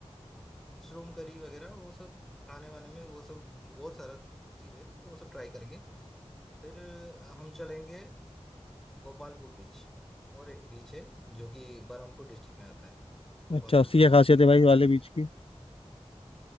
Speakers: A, in the centre; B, on the left.
A: मशरूम करी वगैरह वो सब खाने वाने में वो सब बहुत सारा चीज है वो सब ट्राई करेंगे फिर हम चलेंगे गोपालपुर बीच और एक बीच है जो कि बरहमपुर डिस्ट्रिक्ट में आता है गोपालपुर
B: अच्छा उसकी
A: बीच
B: क्या खासियत है भाई वाले बीज की